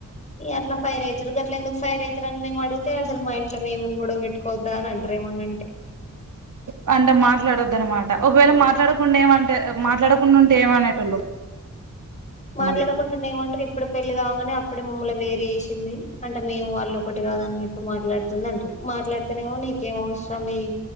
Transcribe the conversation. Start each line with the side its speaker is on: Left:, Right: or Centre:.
Left: అట్లా ఫైర్ అవుతారు గాట్ల ఎందుకు ఫైర్ అయితారు, అని మేము అడిగితే అసలు మా ఇంట్లా మేము గోడవ పెట్టుకోవాద్దా అని అంటరు. <unintelligible>
Right: వాని తోని మాట్లాడొదు అన్నమాట ఒకవేళ మాట్లాడకుండా ఏమంటే మాట్లాడకుండా ఉంటే ఏమనేటోళ్ళు,
Left: మాట్లాడుకుంటారునే
Right: మళ్ళీ
Left: ఏమంటారు ఇప్పుడు పెళ్లిగా అనే అప్పుడే మమ్మల్లు వేరు వేసింది అంటే మీము వాళ్లు ఒకటి కాద అన్నట్టు మాట్లాడుతుంది అంటారు. మాట్లాడుతేనేమో నీకేం అవసరం ని